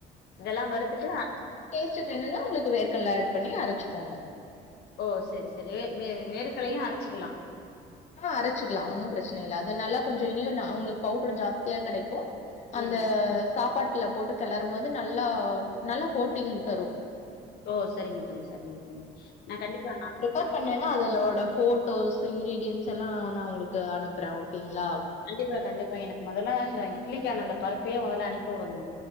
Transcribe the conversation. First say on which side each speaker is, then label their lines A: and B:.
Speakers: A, on the left; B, on the left.
A: இதெல்லா வருத்துட்டு அரச்சு
B: டேஸ்ட்க்கு வேனுனா உங்களுக்கு வேர்கல்ல ஆட் பண்ணி அரச்சுகோங்க
A: ஓ சரி சரி வே வே
B: ம்
A: வேர்க்கல்லயு அரச்சிகலா
B: ஆ அரச்சுகலா ஒன்னு பிரச்சன இல்ல அது நல்லா கொஞ்சோ இனியு உங்களுக்கு பவுடர் ஜாஸ்தியா கெடைக்கு அந்த
A: ம்
B: சாப்பாட்ல போட்டு கெளரும்போது நல்லா நல்லா கோட்டிங் தரு
A: ஓ சரிங்க தோழி சரிங்க தோழி நா கண்டிப்பா நா
B: கர் பண்ணன்னா அதலோட ஃபோட்டோஸ் இன்கிரீடியன்ஸ் எல்லா நா உங்களுக்கு அனுப்பற ஓகேங்ளா
A: கண்டிப்பா கண்டிப்பா எனக்கு மொதல்ல இந்த இட்லிக்கான அந்த பருப்பயே மொதல்ல அனுப்பி விடுங்க